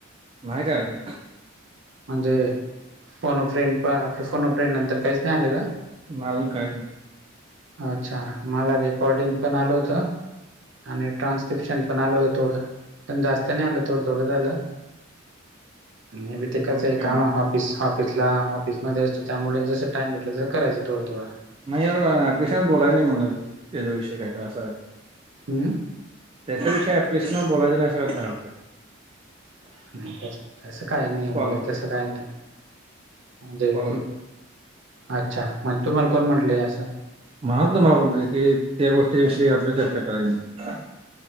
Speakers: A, on the right; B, on the right.
A: माय काय अजून
B: म्हणजे फोनफ्रेंड प आपलं फोनफ्रेंड नंतर काहीच नाही आलेलं.
A: नाही अजून काय नाही
B: अच्छा, मला रेकॉर्डिंग पण आलं होतं. आणि ट्रान्स्क्रिप्शन पण आल होतं थोडं, पण जास्त नाही आलं थोडं थोडंच आलं. म्या बी ते कसंय
A: मला काय
B: काम
A: नाही
B: ऑफिस ऑफिसला ऑफिसमध्ये असतो, त्यामुळे जसं टाइम भेटल तसं करायचं थोडं थोडं.
A: नाही अर <unintelligible> बोलायचं नाही म्हणणार त्याचा विषय काय तर असा आहे.
B: म
A: त्याच्याविषयी <unintelligible> वर बोलायचं नाही असं काही तरी हाय वाटतं.
B: नाही तसं, तसं काही नियम
A: कॉलवरती
B: आहे का? तसं काही नाही, म्हणजे
A: कॉलवरती
B: अच्छा, मग तुम्हाला कोण म्हटलंय असं?
A: म्हणालत मला कोणतरी, की त्या गोष्टी विषयी आता चर्चा करायची नाही.